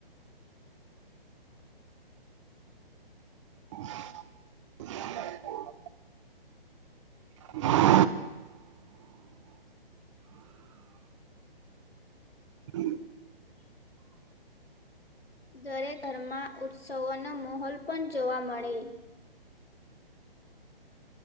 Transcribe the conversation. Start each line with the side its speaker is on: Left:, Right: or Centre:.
Right: <inaudible> હમ <inaudible> હમ <inaudible>
Left: દરેક ઘરમાં ઉત્સવો નો મહોલ પણ જોવા મળે.